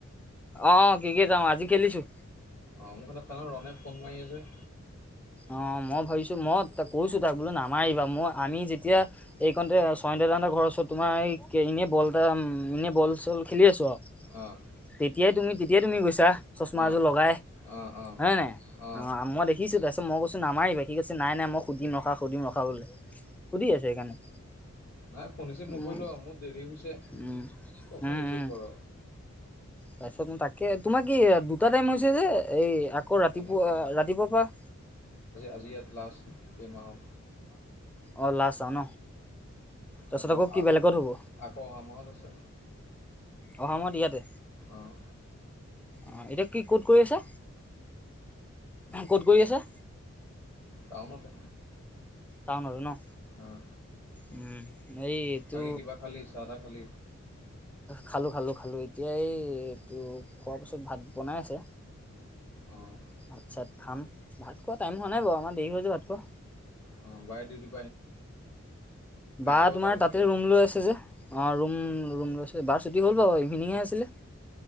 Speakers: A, in the centre; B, on the left.
A: অ ক্ৰিকেটও আজি খেলিছোঁ।
B: অ মোৰখন ৰণে ফোন মাৰি আছে।
A: অ মই ভাবিছো মই ত কৈছো তাক বোলো নামাৰিবা মই আমি যেতিয়া এইকণতে ছয় দ দান এটা ঘৰৰ ওচৰত তোমাৰ এই এনেই বলটা এনেই বল খেলি আছো আৰু
B: অঁ
A: তেতিয়াই তুমি তেতিয়াই তুমি গৈছা চচমা
B: অঁ
A: এযোৰ লগাই
B: অঁ অঁ
A: হয় নাই
B: অঁ
A: অ মই দেখিছোঁ তা কচোন নামাৰিবা কি কৈছে নাই নাই মই সুধিম ৰখা সুধিম ৰখা বোলে সুধি আছে সেইকাৰণে।
B: নাই ফোন ৰিচিভ
A: উম,
B: নকৰিলোঁ মোৰ দেৰি হৈছে
A: উম।
B: কওক
A: উম,
B: ফোন ৰিচিভ
A: উম,
B: কৰ।
A: তাৰপিছত মই তাক তোমাৰ কি দুটা টাইম হৈছে যে এই আকৌ ৰাতিপুৱা
B: তেনেকৈ
A: ৰাতিপুৱাৰ পৰা
B: আজি ইয়াত লাষ্ট এ মাহত।
A: অল লাছ অ ন। তাৰপিছত
B: আকৌ
A: কি বেলেগত হ'ব
B: আকৌ অহা মাহত আছে।
A: অহা মাহত ইয়াতে।
B: আহ।
A: অ এতিয়া কি কত- ক'ত কৰি গৈ আছা ক'ত কৰি আছা?
B: টাউনতে
A: টাউন আৰু ন।
B: অঁ
A: উম এই এইটো
B: বাকী কিবা খালি চাহ তাহ খালি
A: খালো খালো খালো। এতিয়া এই এইটো খোৱাৰ পিছত ভাত বনাই আছে।
B: অঁ
A: ভাত চাত খাম ভাত খোৱা টাইম হোৱা নাই বাৰু আমাৰ দেৰি হৈ যায় ভাত খোৱা।
B: অ বাই ডিউটী
A: বা
B: আকৌ
A: তোমাৰ তাতে
B: থাকিলে
A: ৰুম লৈ আছে যে অ ৰুম ৰুম লৈছে বা- চুটি হ'ল বাৰু ইভিনিং হে আছিলে।